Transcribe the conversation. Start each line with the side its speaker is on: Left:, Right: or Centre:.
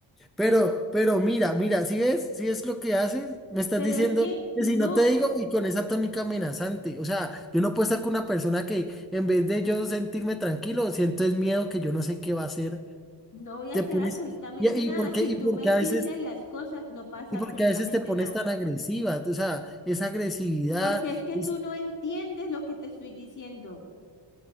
Centre: Pero, pero mira, mira, si ves, si ves lo que haces, me estás
Left: Pero
Centre: diciendo
Left: es que no.
Centre: que si no te digo y con esa tónica amenazante, o sea, yo no puedo estar con una persona que en vez de yo sentirme tranquilo, siento es miedo que yo no sé qué va a hacer,
Left: No voy a
Centre: te
Left: hacer
Centre: pones,
Left: absolutamente
Centre: y, y
Left: nada.
Centre: por
Left: Si
Centre: qué, y
Left: tú
Centre: por
Left: me
Centre: qué a
Left: dices
Centre: veces,
Left: las cosas, no pasa
Centre: y
Left: absolutamente
Centre: por qué a veces te pones
Left: nada.
Centre: tan agresiva, o sea, esa agresividad,
Left: Porque es que
Centre: esa-
Left: tú no entiendes lo que te estoy diciendo.